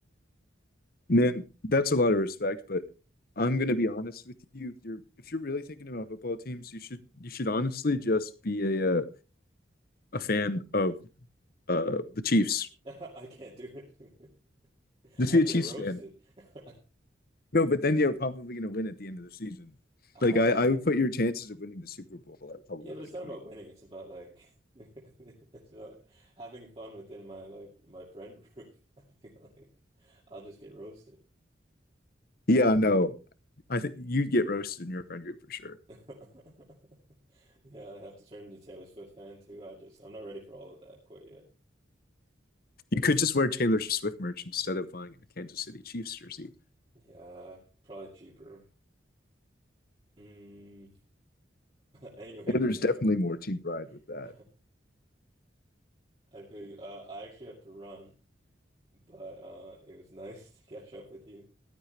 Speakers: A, on the left; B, on the right.
A: Man, that's a lot of respect, but I'm gonna be honest with you. If you're if you're really thinking about football teams, you should you should honestly just be a uh, a fan of uh the Chiefs.
B: <laughs> I can't do it.
A: Just
B: <laughs> I
A: be
B: get
A: a Chiefs
B: roasted.
A: fan.
B: <laughs>
A: No, but then you're probably gonna win at the end of the season.
B: Ah,
A: Like I, I would put your chances of winning the Super Bowl at probably
B: yeah, but
A: like
B: it's not
A: 20.
B: about winning. It's about like <laughs> it's about having fun within my like my friend group. <laughs> I feel like I'll just get roasted.
A: Yeah, no. I think you'd get roasted in your friend group for sure.
B: <laughs> Yeah, I have to turn into Taylor Swift fan too. I just I'm not ready for all of that quite yet.
A: You could just wear Taylor Swift merch instead of buying a Kansas City Chiefs jersey.
B: Yeah, probably cheaper. Mm. <laughs> Anyway,
A: And there's
B: bro.
A: definitely more team pride with
B: <laughs>
A: that.
B: I feel you. Uh, I actually have to run, but uh, it was nice <laughs> to catch up with you.